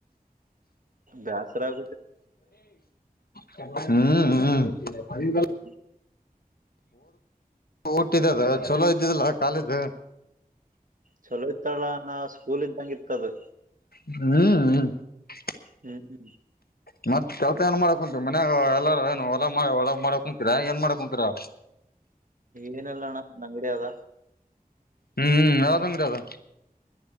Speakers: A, on the right; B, on the left.
A: ಬ್ಯಾಸರಾಗ
B: ಹ್ಮ್ ಹ್ಮ್
A: ಹ್ಮ
B: ಓದ್ ಟಿದ್ದದ ಚಲೋ ಇದ್ದಿದಲ್ಲ ಕಾಲೇಜ್
A: ಚಲೋ ಇತ್ತಲ್ಲ ನಾ ಸ್ಕೂಲ್ ಇದ್ದಂಗ ಇರ್ತದ
B: ಹ್ಮ್ ಹ್ಮ್
A: ಹ್ಮ್
B: ಹ ಮತ್ ಕೆಲಸ ಏನ್ ಮಾಡಕ್ ಕುಂತೀರಿ ಮನ್ಯಾಗ ಎಲ್ಲಾರ ಏನು ಹೊಲಾ ಮಾಡ ಒಲ ಮಾಡಕ ಕುಂತೀರ ಏನ್ ಮಾಡಕ್ ಕುಂತೀರಾ
A: ಏನಲ್ಲ ಅಣ್ಣ ನಂಗಡಿ ಅದ
B: ಹ್ಮ್ ಯದಂಗಡಿ ಅದ